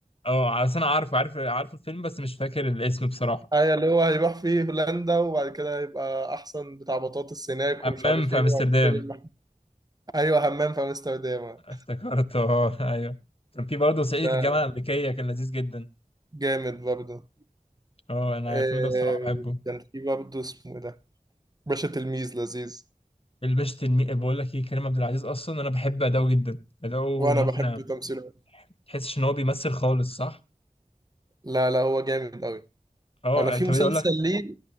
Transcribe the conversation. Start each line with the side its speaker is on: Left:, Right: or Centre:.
Left: اه عشان أنا عارف عارف عارف الفيلم بس مش فاكر الاسم بصراحة
Right: أيوة اللي هو هيروح فيه هولندا وبعد كده هيبقى أحسن بتاع بطاطس هناك
Left: حمام
Right: ومش عارف
Left: في
Right: إيه
Left: أمستردام
Right: وهيشتري الم- أيوة همام في أمستردام
Left: افتكرته اه <laughs> أيوه كان في برضه صعيدي
Right: ده
Left: في الجامعة الأمريكية كان لذيذ جدا
Right: جامد برضه
Left: اه أنا
Right: آه،
Left: الفيلم ده بصراحة بحبه
Right: كان في برضه اسمه إيه ده باشا تلميذ لذيذ
Left: الباشا تلميذ بقول لك إيه كريم عبد العزيز أصلا أنا بحب أداؤه جدا أداؤه
Right: وأنا
Left: مقنع
Right: بحب تمثيله
Left: تحسش إن هو بيمثل خالص صح؟
Right: لا لا هو جامد أوي
Left: اه
Right: انا في
Left: طب
Right: مسلسل
Left: أقول لك
Right: ليه